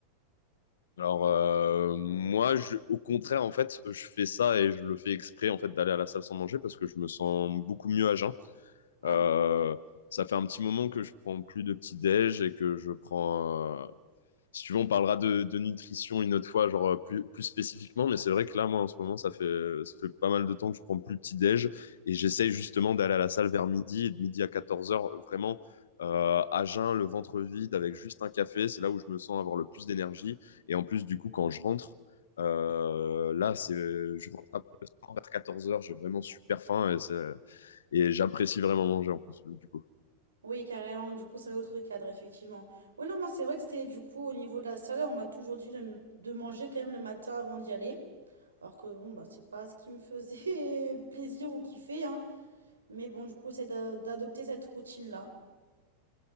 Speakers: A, on the left; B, on the right.
A: Alors euh, moi, je, au contraire, en fait, je fais ça et je le fais exprès en fait d'aller à la salle sans manger parce que je me sens beaucoup mieux à jeun.
B: Ah
A: Euh,
B: bon?
A: ça fait un petit moment que je prends plus de petit déj et que je prends euh, si tu veux, on parlera de, de nutrition une autre fois, genre euh, plus, plus spécifiquement. Mais c'est vrai que là, moi, en ce moment, ça fait, ça fait pas mal de temps que je prends plus petit déj et j'essaye justement d'aller à la salle vers midi et de midi à 14 heures, vraiment euh, à jeun, le ventre vide, avec juste un café. C'est là où je me sens avoir le plus d'énergie. Et en plus, du coup, quand je rentre, euh, là, c'est, je rentre après le sport vers 14 heures, j'ai vraiment super faim et, c'est- et j'apprécie vraiment manger en plus. Du coup.
B: Oui, carrément, du coup, c'est un autre cadre, effectivement. Oui, non, moi, c'est vrai que c'était du coup au niveau de la salle, on m'a toujours dit de, n- de manger quand même le matin avant d'y aller. Alors que bon, bah, c'est pas ce qui me faisait <laughs> plaisir ou kiffer, hein. Mais bon, du coup, c'est d'a- d'adopter cette routine-là.